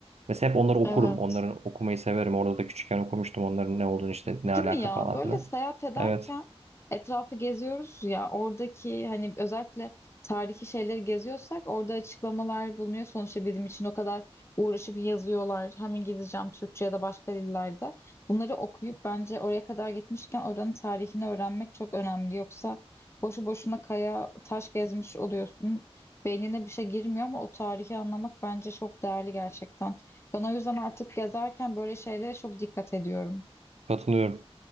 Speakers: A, on the right; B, on the left.
A: Mesela hep onları okurum.
B: Evet.
A: Onların okumayı severim. Orada da küçükken okumuştum onların ne olduğunu işte ne
B: Değil
A: alaka
B: mi ya?
A: falan
B: Böyle
A: filan.
B: seyahat ederken
A: Evet
B: etrafı geziyoruz ya oradaki hani özellikle tarihi şeyleri geziyorsak orada açıklamalar bulunuyor. Sonuçta bizim için o kadar uğraşıp yazıyorlar. Hem İngilizce hem Türkçe ya da başka dillerde. Bunları okuyup bence oraya kadar gitmişken oranın tarihini öğrenmek çok önemli. Yoksa boşu boşuna kaya taş gezmiş oluyorsun. Beynine bir şey girmiyor ama o tarihi anlamak bence çok değerli gerçekten. Ben o yüzden artık gezerken böyle şeylere çok dikkat ediyorum.
A: katılıyorum.